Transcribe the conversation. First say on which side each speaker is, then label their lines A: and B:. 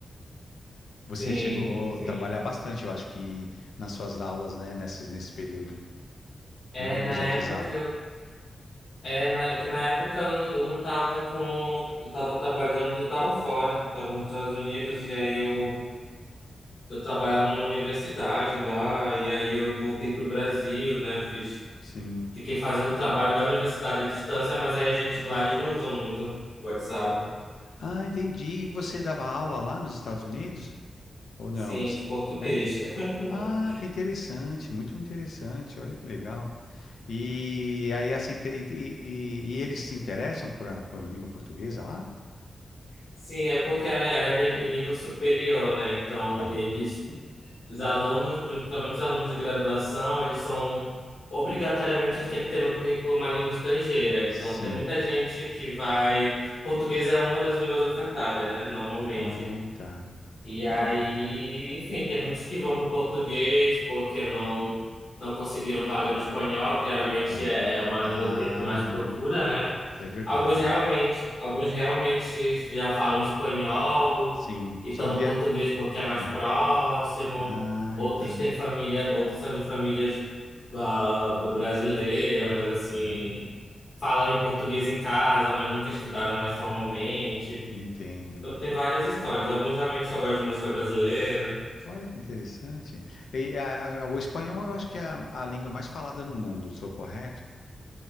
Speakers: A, on the left (about 85°); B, on the left (about 60°).
A: Você
B: Sim,
A: chegou
B: sim.
A: a trabalhar bastante, eu acho que nas suas aulas, né, nessas, nesse período,
B: É,
A: em grupos
B: na
A: de
B: época
A: WhatsApp.
B: eu. É, na, é que na época eu, não- eu não tava com. Eu tava trabalhando, eu tava fora, tava nos Estados Unidos, e aí eu, eu trabalhava numa universidade lá, e aí eu voltei pro Brasil, né? Fiz,
A: Sim.
B: fiquei fazendo o trabalho da universidade à distância, mas aí a gente, lá eles não usam muito WhatsApp.
A: Ah, entendi. E você dava aula lá nos Estados Unidos? Ou
B: Sim,
A: não?
B: de português.
A: É?
B: <laughs>
A: Ah, que interessante, muito interessante, olha que legal. E aí essa inte- e, e- e eles se interessam pra, pela língua portuguesa lá?
B: Sim, é porque era, era ni- em nível superior, né? Então,
A: Tá.
B: eles, os alunos, principalmente os alunos de graduação, eles são, obrigatoriamente, eles têm que ter no currículo uma língua estrangeira. Então,
A: Sim.
B: tem muita gente que vai. Português é uma das línguas ofertadas, né? Normalmente.
A: Ah, tá.
B: E aí,
A: E qual?
B: enfim, tem muitos que vão para o português porque não não conseguiram vaga no espanhol, que geralmente
A: Tá.
B: é é uma
A: Ah,
B: língua que tem mais procura, né?
A: é verdade.
B: Alguns realmente, alguns realmente já falam espanhol
A: Sim.
B: e estão
A: Só queria.
B: no português porque é mais
A: é.
B: próximo.
A: Ah,
B: Outros
A: entendo.
B: têm família, outros são de famílias ah, brasileiras, mas assim,
A: Aham,
B: falam em português em casa, mas nunca estudaram mais formalmente.
A: Entendo.
B: Eu tenho várias histórias. Alguns realmente só gostam de música brasileira.
A: Olha que interessante. E a- a- o espanhol eu acho que é a, a língua mais falada no mundo, sou correto?